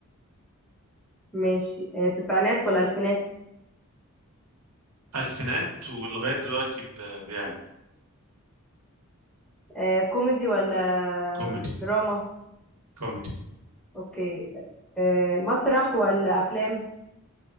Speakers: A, in the centre; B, on the right.
A: ماشي آه، تسعينات ولا ألفينات
B: الفينات ولغايه دلوقتي ب- بيعمل
A: آه، كوميدي ولا
B: كوميدي
A: دراما
B: كوميدي
A: أوكي آه، مسرح ولا أفلام